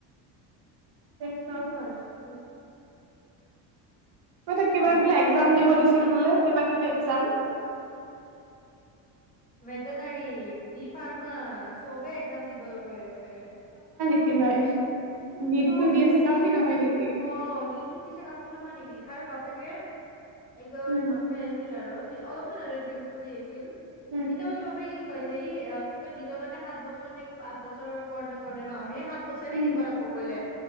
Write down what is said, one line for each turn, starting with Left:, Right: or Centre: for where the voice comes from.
Right: দে
Left: কি
Right: ক।
Left: কবা আৰু
Right: তোক
Left: মোৰ
Right: কিবা
Left: মাথাত
Right: একজাম দিব দিছিল বোলে? কিবা কিবি একজাম।
Left: ভেটনাৰী বি ফাৰ্মাচ চবে একজাম দিবলৈ গৈ আছে।
Right: <unintelligible>
Left: উ
Right: নিটটো
Left: চব
Right: দি
Left: এ
Right: আছোঁ,
Left: চি
Right: কাফি
Left: ইউ
Right: নহয়
Left: ই টি
Right: নেকি?
Left: অ', নিতটো দিছে কাফি নহয় নেকি? আৰু বাকী <unintelligible> একবাৰ বোলে
Right: উম,
Left: মদ খাই আহিছিল আৰু অলপমান আৰু ড্ৰিংকছ কৰি আহিছিল।
Right: উম,
Left: তেতিয়া মানে বাপেকে কয় যে ই কি কয় নিজৰ কাৰণে সাত বছৰ নে কিবা আঠ বছৰ কৰ নে কৰে ন সেই সাত বছৰে
Right: উম।
Left: দিব লাগিব বলে